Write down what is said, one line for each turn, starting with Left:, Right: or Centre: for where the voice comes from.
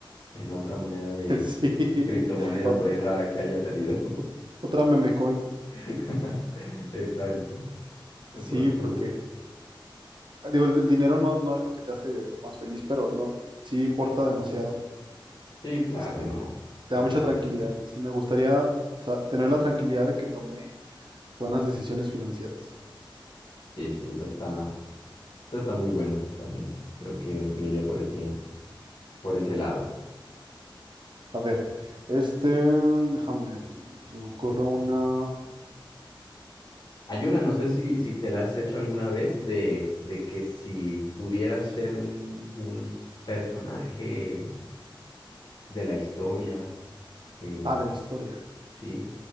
Left: en otra moneda de
Right: <laughs> sí.
Left: criptomoneda
Right: Ot-
Left: por ahí rara que haya salido.
Right: ot- otra meme coin.
Left: <laughs> Exacto. De
Right: Sí,
Left: pronto.
Right: porque Digo, el, el dinero no, no es lo que te hace más feliz, pero no, sí importa demasiado.
Left: Sí, claro,
Right: Este,
Left: no.
Right: te
Left: Eso
Right: da
Left: es
Right: mucha
Left: definitivamente.
Right: tranquilidad. Entonces me gustaría sa- tener la tranquilidad de que tomé buenas decisiones financieras.
Left: Sí, sí, esa está, esa está muy buena también. Creo que me iría por ese, por ese lado.
Right: A ver, este, déjame ver, se me ocurre una...
Left: Hay una, no sé si, si te la has hecho alguna vez, de, de que si pudieras ser un, un personaje de la historia, eh,
Right: Ah, de la historia.
Left: sí.